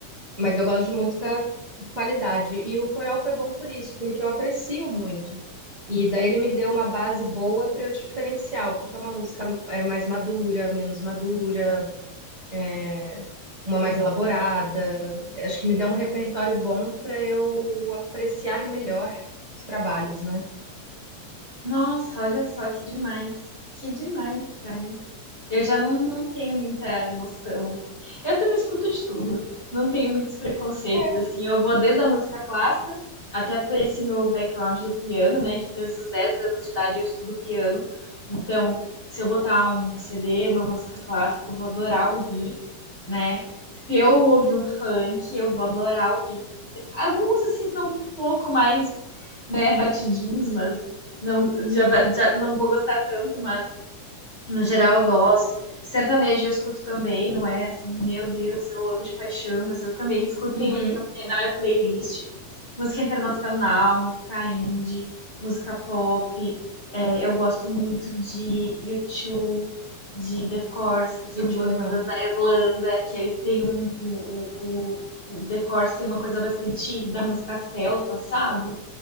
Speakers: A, on the right (about 40°); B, on the left (about 20°).
A: Mas eu gosto de música de qualidade. E o coral foi bom por isso, porque eu aprecio muito. E daí ele me deu uma base boa para eu diferenciar o que que é uma música é, mais madura, menos madura. é, uma mais elaborada. Acho que me dá um repertório bom para eu apreciar melhor os trabalhos, né?
B: Nossa, olha só que demais. Que demais, cara. Eu já não, não tenho muita noção, assim. Eu também escuto de tudo. Não tenho muitos preconceitos,
A: É.
B: assim. Eu vou desde a música clássica, até por esse meu background do piano, né? Que desde os 10 anos de idade eu estudo piano. Então, se eu botar um CD, uma música clássica, eu vou adorar ouvir, né? Se eu ouvir um funk, eu vou adorar ouvir. Alguns, assim, são um pouco mais, né, batidinhos, mas não, já, va- já não vou gostar tanto, mas no geral, eu gosto. Sertanejo eu escuto também, não é assim, meu Deus, eu amo de paixão, mas eu também escuto
A: Uhum.
B: em, um- na minha playlist. Música internacional, música indie, música pop. É, eu gosto muito de U2, de The Corrs, que são
A: YouTube
B: duas
A: legal.
B: bandas da Irlanda, que eles têm um. O, o, o, o The Corrs tem uma coisa bastante da música celta, sabe?